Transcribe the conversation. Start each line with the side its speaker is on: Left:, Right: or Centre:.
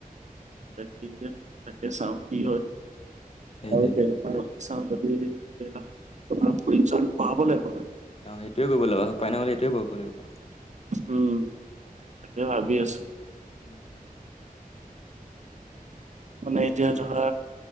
Right: তাক কি যে তাকে চাওঁ কি হয়।
Left: সেইটোৱে
Right: আৰু তেনেকুৱা ৰখি চাওঁ যদিয়া তোমাৰ চ পঢ়াব লাগিব।
Left: ন সেইটোয়ে কৰিব লাগিব উপায় নহ'লে সেইটোয়ে কৰিব লাগিব আৰু
Right: উম তাকে ভাবি আছো।
Left: হ
Right: মানে এতিয়া ধৰা